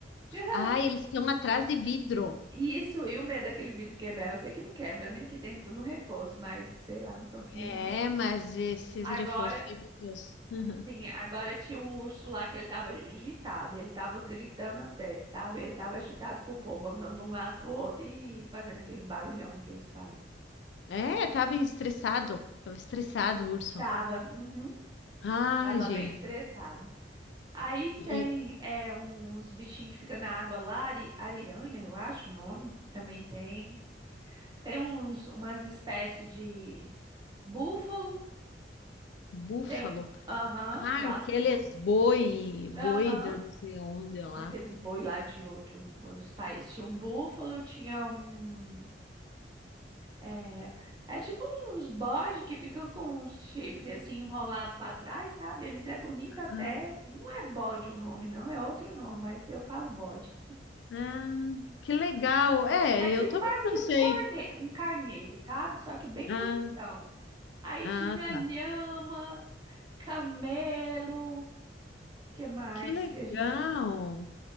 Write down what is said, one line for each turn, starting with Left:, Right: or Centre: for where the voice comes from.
Right: <laughs>
Left: Ah, eles estão atrás de vidro.
Right: E isso, e o medo daquele vidro quebrar, eu sei que não quebra, né? Que tem tudo um reforço, mas sei lá, não confio
Left: É,
Right: não.
Left: mas esses
Right: Agora,
Left: reforços, meu Deus. <laughs> Uhum.
Right: sim, agora tinha um urso lá que ele tava agitado, ele tava gritando até, sabe? Ele tava agitado com o povo, andando de um lado pro outro e fazendo aquele barulhão que eles fazem.
Left: É, tava estressado. Tava estressado o urso.
Right: Tava, uhum,
Left: Ah,
Right: tava
Left: gente.
Right: bem estressado. Aí
Left: E
Right: tem é, uns bichinhos que ficam na água lá, ari- ariranha, eu acho o nome, também tem. Tem uns, umas espécies de búfalo.
Left: búfalo.
Right: Tem, aham,
Left: Ah,
Right: lá,
Left: aqueles boi, boi
Right: aham,
Left: da não sei onde lá.
Right: naqueles boi lá de outro, outros países. Tinha um búfalo, tinha um, é, é tipo uns bode que fica com um chifre assim enrolado pra trás, sabe? Eles é bonito até,
Left: Ah,
Right: não é bode o nome não, é outro nome, mas eu falo bode.
Left: ah, que legal. É,
Right: É
Left: eu
Right: tipo
Left: também
Right: quase
Left: não
Right: que um
Left: sei.
Right: corne, um carneiro, sabe? Só que bem
Left: Ah,
Right: bonitão. Aí
Left: ah,
Right: tinha
Left: tá.
Right: lhama, camelo, que mais
Left: Que legal.
Right: que a gente